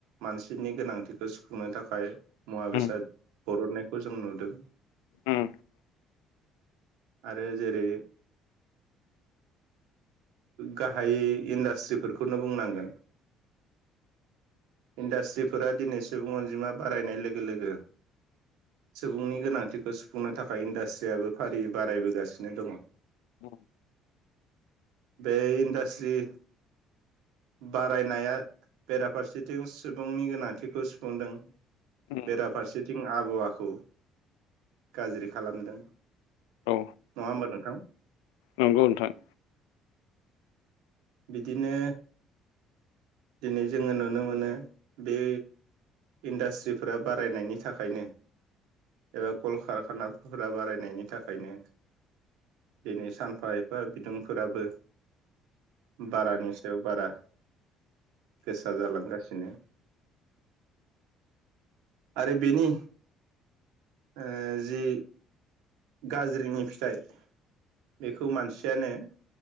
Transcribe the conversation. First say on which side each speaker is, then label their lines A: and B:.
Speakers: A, on the right; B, on the left.
A: मानसिनि गोनांथि बेखौ सुफुंनो थाखाय मुवा बेसाद
B: उम
A: बरननायखौ जों नुदों
B: उम
A: आरो जेरै गाहायै इन्डास्ट्रिफोरखौनो बुंनांगोन इन्डास्ट्रिफोरा दिनै सुबुं अनजिमा बारायनाय लोगो लोगो सुबुंनि गोनांथिखौ सुफुंनो थाखाय इन्डास्ट्रियाबो फारि बारायबोगासिनो दंङ
B: औ।
A: बे इन्डास्ट्रि बारायनाया बेराफारसेथिं सुबुंनि गोनांथिखौ सुफुंदों
B: उम
A: बेराफारसेथिं आबहावाखौ गाज्रि खालामदों नङा
B: औ
A: होमबा नोंथां।
B: नंगौ नोंथां।
A: बिदिनो दिनै जोंङो नुनो मोनो बे इन्डास्ट्रिफोरा बारायनायनि थाखायनो एबा कलकारखानाफोरा बारायनायनि थाखायनो दिनै सानफा एफा बिदुंफोराबो बारानि सायाव बारा गोसा जालांगासिनो आरो बेनि ओ जि गाज्रिनि फिथाइ बेखौ मानसियानो